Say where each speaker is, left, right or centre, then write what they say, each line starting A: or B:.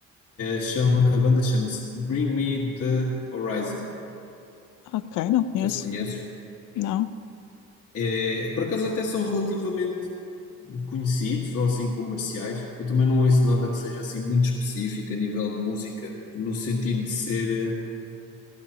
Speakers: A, on the left; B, on the left.
A: Chama, a banda chama-se Bring Me the Horizon. Não
B: Ok, não conheço.
A: sei se conheces.
B: Não.
A: É, por acaso até são relativamente conhecidos ou assim comerciais. Eu também não ouço nada que seja assim muito específico a nível de música, no sentido de ser eh,